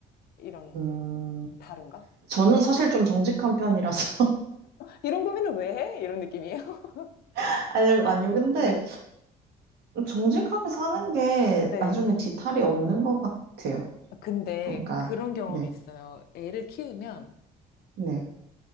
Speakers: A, on the left; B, on the right.
A: 이런
B: 음,
A: 다른가?
B: 저는 사실 좀 정직한
A: 네.
B: 편이라서.
A: 이런 고민을 왜 해? 이런 느낌이에요. <laughs>
B: <laughs> 아니요, 아니요. 근데
A: 네,
B: 정직하게 사는 게
A: 네.
B: 나중에 뒤탈이 없는 것 같아요.
A: 아, 근데
B: 뭔가,
A: 그런 경험이
B: 네,
A: 있어요. 애를 키우면
B: 네.